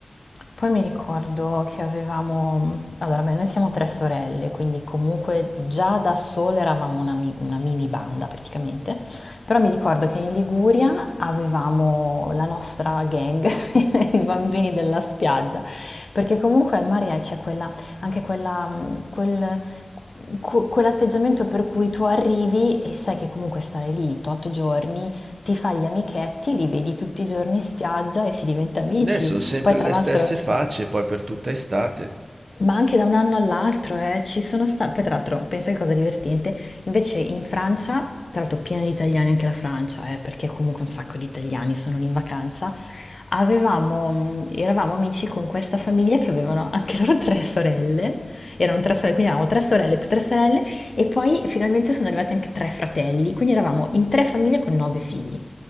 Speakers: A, on the left; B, on the right.
A: Poi mi ricordo che avevamo, mm, allora beh, noi siamo tre sorelle, quindi comunque già da sole eravamo una, mi- una mini banda praticamente, però mi ricordo che in Liguria avevamo la nostra gang, <laughs> i bambini della spiaggia, perché comunque al mare c'è quella, anche quella, mh, quel, que- quell'atteggiamento per cui tu arrivi e sai che comunque stare lì tot giorni, ti fai gli amichetti, li vedi tutti i giorni in spiaggia e si diventa amici.
B: Ne sono sempre
A: Poi tra
B: le
A: l'altro
B: stesse facce, poi per tutta estate.
A: ma anche da un anno all'altro, eh, ci sono stati. Poi, tra l'altro, pensa che cosa divertente. Invece in Francia, tra l'altro, piena di italiani anche la Francia, eh, perché comunque un sacco di italiani sono lì in vacanza. Avevamo, mm, eravamo amici con questa famiglia che avevano anche loro tre sorelle. Erano tre sorelle, quindi avevamo tre sorelle più tre sorelle, e poi finalmente sono arrivati anche tre fratelli. Quindi eravamo in tre famiglie con nove figli.